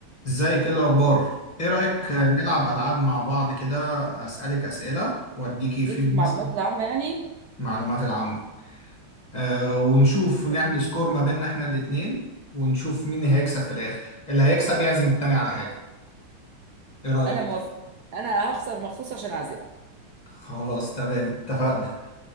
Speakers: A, on the left; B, on the right.
A: ازيك ايه الاخبار ايه رايك
B: الحمد
A: نلعب
B: لله
A: العاب مع بعض كده اسالك اسئله واديكي
B: ليك
A: فيهم
B: في المعلومات
A: مثلا
B: العامة يعني
A: معلومات العامه أه ونشوف ونعمل
B: تمام.
A: سكور ما بيننا احنا الاتنين ونشوف مين هيكسب في الاخر اللي هيكسب يعزم
B: ماشي.
A: التاني على حاجه ايه رايك
B: أنا موافقة أنا هخسر مخصوص عشان أعزمك
A: خلاص تمام اتفقنا